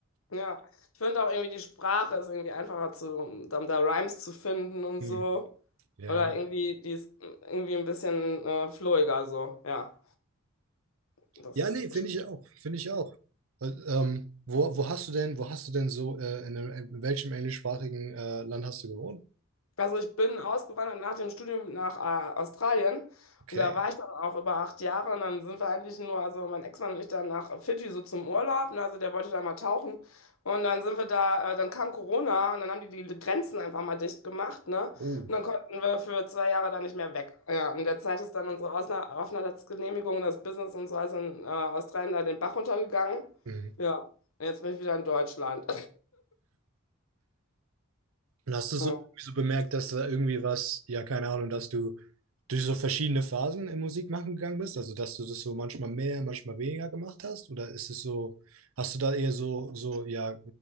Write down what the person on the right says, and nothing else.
Hm.
Ja.
Ja, nee, finde ich auch, finde ich auch. Weil, Ähm, wo, wo hast du denn, wo hast du denn so, äh, in, einem, in welchem englischsprachigen äh, Land hast du gewohnt?
Okay.
Oh.
Mhm.
Und hast du so,
so bemerkt, dass da irgendwie was, ja, keine Ahnung, dass du durch so verschiedene Phasen im Musikmachen gegangen bist? Also, dass du das so manchmal mehr, manchmal weniger gemacht hast? Oder ist es so, hast du da eher so, so, ja,